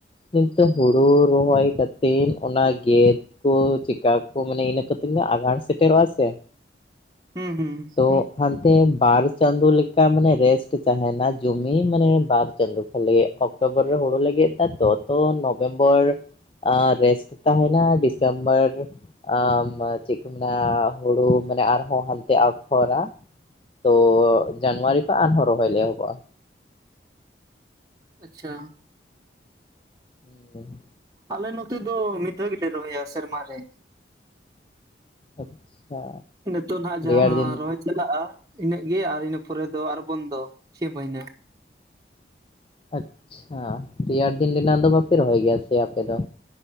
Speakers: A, on the left; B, on the right.
A: ᱱᱤᱛᱚᱜ ᱦᱩᱲᱩ ᱨᱚᱦᱚᱭ ᱠᱟᱛᱤᱱ ᱚᱱᱟ ᱜᱮ <unintelligible> ᱪᱮᱠᱟ ᱠᱚ ᱢᱟᱱᱮ ᱤᱱᱟᱹ ᱠᱟᱛᱮ ᱟᱸᱜᱷᱟᱬ ᱥᱮᱴᱮᱨᱚᱜᱼᱟ ᱥᱮ᱾
B: ᱦᱩᱸ ᱦᱩᱸ᱾
A: ᱛᱚ ᱦᱟᱱᱛᱮ ᱵᱟᱨ ᱪᱟᱸᱫᱳ ᱞᱮᱠᱟ ᱢᱟᱱᱮ ᱨᱮᱥᱴ ᱛᱟᱦᱮᱱᱟ ᱡᱚᱢᱤ ᱢᱟᱱᱮ ᱵᱟᱨ ᱪᱟᱸᱫᱳ ᱠᱚ ᱞᱟᱹᱭᱟ ᱚᱠᱴᱳᱵᱚᱨ ᱨᱮ ᱦᱳᱲᱳ ᱞᱮ ᱜᱮᱫ ᱫᱟᱛᱚ ᱛᱚ ᱱᱚᱵᱷᱮᱢᱵᱚᱨ ᱟᱨ ᱨᱮᱥᱴ ᱛᱟᱸᱦᱮᱱᱟ ᱰᱤᱥᱮᱢᱵᱚᱨ ᱟᱢ ᱪᱮᱫ ᱠᱚ ᱢᱮᱱᱟ ᱦᱩᱲᱩ ᱢᱟᱱᱮ ᱟᱨᱦᱚᱸ ᱦᱟᱱᱛᱮ ᱟᱯᱷᱚᱨᱟ᱾ ᱛᱚ ᱡᱟᱱᱩᱣᱟᱨᱤ ᱠᱷᱚᱱ ᱟᱨᱦᱚᱸ ᱨᱚᱦᱚᱭ ᱞᱮ ᱮᱦᱚᱵᱚᱜᱼᱟ᱾
B: ᱟᱪᱪᱷᱟ᱾
A: <inaudible>
B: ᱟᱞᱮ ᱱᱚᱛᱮ ᱫᱚ ᱢᱤᱫ ᱫᱷᱟᱣ ᱜᱮᱞᱮ ᱨᱚᱦᱚᱭᱟ ᱥᱮᱨᱢᱟ ᱨᱮ᱾
A: ᱟᱪᱪᱷᱟ᱾
B: ᱱᱤᱛᱚᱜ ᱱᱟᱦᱟᱜ ᱡᱟᱦᱟᱸ
A: ᱨᱮᱭᱟᱲ ᱫᱤᱱ
B: ᱨᱚᱦᱚᱭ ᱪᱟᱞᱟᱜᱼᱟ ᱤᱱᱟᱹᱜ ᱜᱮ, ᱟᱨ ᱤᱱᱟᱹ ᱯᱚᱨᱮ ᱫᱚ ᱟᱨ ᱵᱚᱱᱫᱚ ᱪᱷᱚᱭ ᱢᱟᱦᱱᱟᱹ᱾
A: ᱟᱪᱪᱷᱟ, ᱨᱮᱭᱟᱲ ᱫᱤᱱ ᱨᱮᱱᱟᱜ ᱫᱚ ᱵᱟᱯᱮ ᱨᱚᱦᱚᱭ ᱜᱮᱭᱟ ᱥᱮ ᱟᱯᱮ ᱫᱚ?